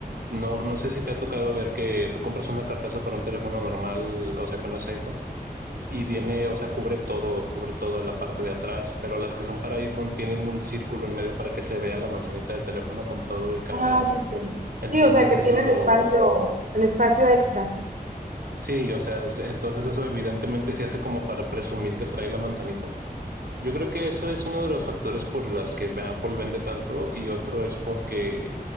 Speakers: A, on the right; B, on the right.
A: No, no sé si te ha tocado ver que tú compras una carcasa para un teléfono normal, o sea, que no es iPhone, y viene, o sea, cubre todo, cubre toda la parte de atrás, pero las que son para iPhone tienen un círculo en medio para que se vea la manzanita del teléfono con todo y carcasa.
B: Ah, sí, sí.
A: Entonces
B: Sí, o sea, que
A: eso
B: tiene
A: lo,
B: el espacio, el espacio extra.
A: Sí, o sea, es- entonces eso evidentemente se hace como para presumir que trae la manzanita. Yo creo que eso es uno de los factores por los que Apple vende tanto y otro es porque,